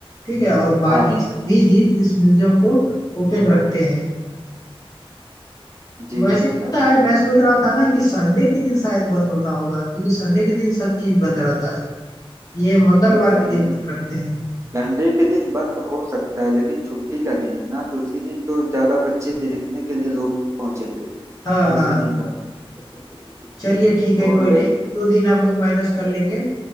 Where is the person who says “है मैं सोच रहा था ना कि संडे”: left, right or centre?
Left